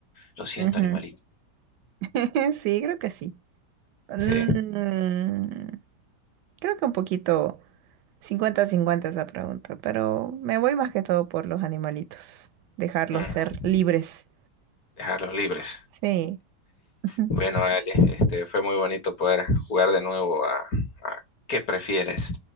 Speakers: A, on the left; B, on the right.
A: Lo siento,
B: ujú. ujú.
A: animalito.
B: <laughs> Sí, creo que sí. Mm,
A: Sí.
B: creo que un poquito cincuenta cincuenta esa pregunta, pero me voy más que todo por los animalitos, dejarlos
A: Mm,
B: ser libres.
A: Dejarlos libres.
B: Sí. <laughs>
A: Bueno, Ale, este, fue muy bonito poder jugar de nuevo a, a ¿qué prefieres?